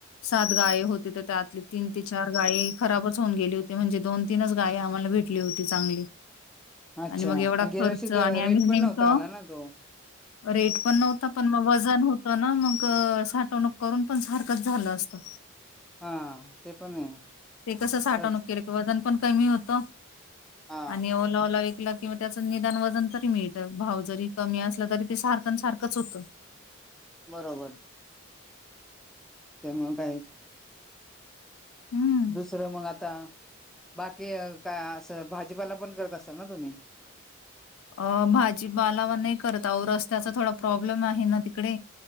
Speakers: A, on the left; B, in the centre.
A: सात गाय होते तर त्यातली तीन ते चार गाय खराबच होऊन गेली होती म्हणजे दोन तीनच गाय आम्हाला भेटली होती चांगली
B: अच्छा
A: आणि मग एवढा
B: गेल्या
A: खर्च
B: वर्षी
A: आणि
B: रेट
A: आम्ही
B: पण
A: नेमकं
B: नव्हता आला ना तो
A: रेट पण नव्हता पण म वजन हो तन मग साठवणूक करून पण सारखंच झालं असत.
B: हा ते पणये
A: कसं साठवणूक
B: तच
A: केलं वजन पण कमी होत
B: हा
A: आणि ओ लावला विकला किंवा त्याच निदान वजन तरी मिळतं भाव जरी कमी असलं तरी ते सारखं सारखंच होतं
B: बरोबर त्यामुळे काय
A: हम्म.
B: दुसरं मंगता बाकी काय असं भाजीपाला पण करत असाल ना तुम्ही्
A: अ भाजी बालावा नाही करत आ रस्त्याचा थोडा प्रॉब्लेम आहे ना तिकडे